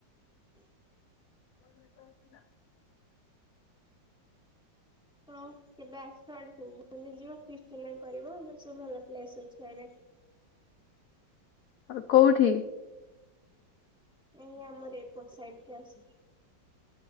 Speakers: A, in the centre; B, on the left.
A: <inaudible>
B: <unintelligible>
A: ଆପଣ କେବେ ଆସ ୟାଡକୁ ବୁଲିକି ଯିବ ଫିଷ୍ଟି ହେରିକା ବି କରିବ ଆମ ଆସ ଭଲ ପ୍ଲେସ ଅଛି ୟାଡ଼େ।
B: ଆରେ କୋଉଠି।
A: ଏଇ ଆମର ଏପଟ ସାଇଟି କି ଆସ